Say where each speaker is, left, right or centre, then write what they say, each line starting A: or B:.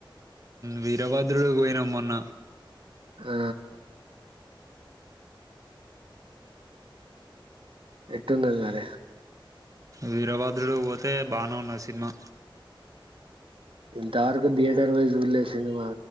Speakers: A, on the right (about 40°); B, on the right (about 80°).
A: వీరభద్రుడు పోయినా మొన్న
B: ఆ ఎటుందది వర
A: వీరభద్రుడు పోతే బానే ఉన్న సినిమా
B: ఇంతవరకు థియేటర్ వై చూలే సినిమా